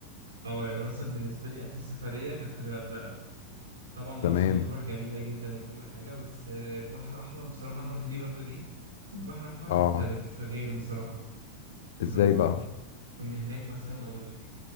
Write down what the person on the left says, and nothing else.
تمام
اه
ازاي
بقى